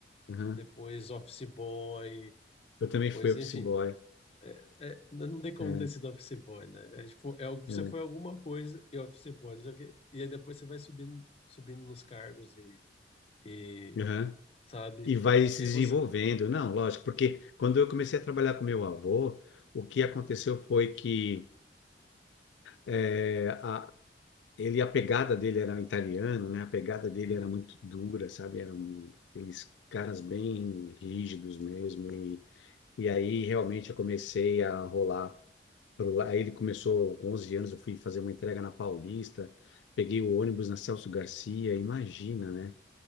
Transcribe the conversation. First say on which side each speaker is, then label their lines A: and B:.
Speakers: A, on the left; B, on the left.
A: Aham.
B: Depois, office boy,
A: Eu também
B: Depois,
A: fui office
B: enfim,
A: boy.
B: é, não tem como
A: É,
B: ter sido office boy, né? É, tipo, é, algo- você
A: é.
B: foi alguma coisa e office boy, não sei o quê. E aí depois você vai subindo, subindo nos cargos e, e
A: Aham.
B: sabe?
A: e vai se
B: E
A: desenvolvendo.
B: aí você.
A: Não, lógico, porque quando eu comecei a trabalhar com meu avô, o que aconteceu foi que eh, a, ele, a pegada dele era italiano, né? A pegada dele
B: Uhum.
A: era muito dura, sabe? Eram aqueles caras bem rígidos mesmo. E, e aí realmente eu comecei a rolar. Pro, la- aí ele começou com 11 anos, eu fui fazer uma entrega na Paulista, peguei o ônibus na Celso Garcia, imagina, né?